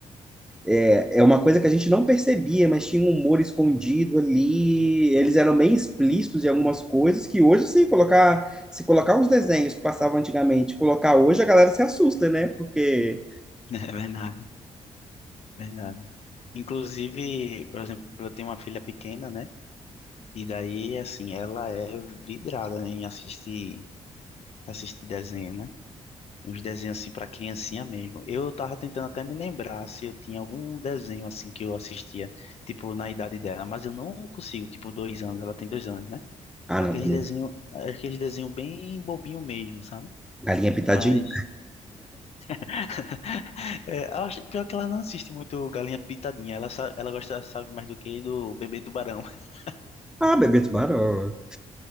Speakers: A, in the centre; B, on the left (about 55°).
A: É, é uma coisa que a gente não percebia, mas tinha um humor escondido ali. Eles eram bem explícitos em algumas coisas que hoje, se colocar, se colocar os desenhos que passavam antigamente, colocar hoje, a galera se assusta, né? Porque.
B: É verdade, verdade. Inclusive, por exemplo, eu tenho uma filha pequena, né? E daí, assim, ela é vidrada, né, em assistir, assistir desenho, né? Uns desenhos, assim, pra criancinha mesmo. Eu tava tentando até me lembrar se eu tinha algum desenho, assim, que eu assistia, tipo, na idade dela, mas eu não consigo, tipo, dois anos, ela tem dois anos, né?
A: Ah,
B: Aqueles
A: não, também.
B: desenho, aqueles desenho bem bobinho mesmo, sabe?
A: Galinha pitadinha.
B: Mas, <laughs> é, eu acho, pior que ela não assiste muito Galinha Pitadinha, ela, sa- ela gosta, sabe, mais do que do Bebê Tubarão. <laughs>
A: Ah, bebê tubarão.